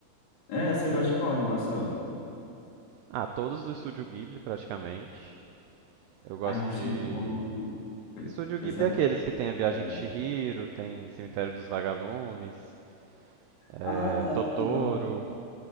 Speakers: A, on the left; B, on the right.
A: É, você gosta de qual animação?
B: Ah, todos do Estúdio Ghibli, praticamente. Eu gosto
A: Ai, eu não
B: de.
A: sou muito bom com coi-
B: Estúdio
A: coisa.
B: Ghibli é aqueles que tem a Viagem
A: é.
B: de Chihiro, tem Cemitério dos Vagalumes, é,
A: Ah, tá,
B: Totoro.
A: que legal.